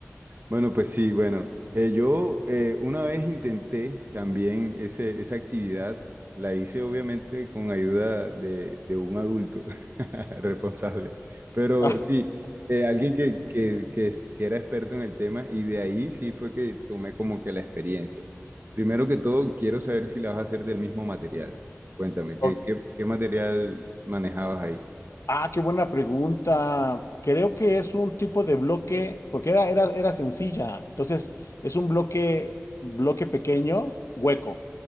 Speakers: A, on the right (about 45°); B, on the left (about 70°).
A: Bueno, pues sí, bueno, eh, yo eh, una vez intenté también ese, esa actividad, la hice obviamente con ayuda de, de un adulto <laughs> responsable, pero
B: <laughs>
A: sí, eh, alguien que, que, que, que era experto en el tema y de ahí sí fue que tomé como que la experiencia. Primero que todo, quiero saber si la vas a hacer del mismo material. Cuéntame, ¿qué,
B: Ah, ok.
A: qué, qué material manejabas ahí?
B: Ah, qué buena pregunta. Creo que es un tipo de bloque, porque era, era, era sencilla. Entonces, es un bloque, bloque pequeño, hueco,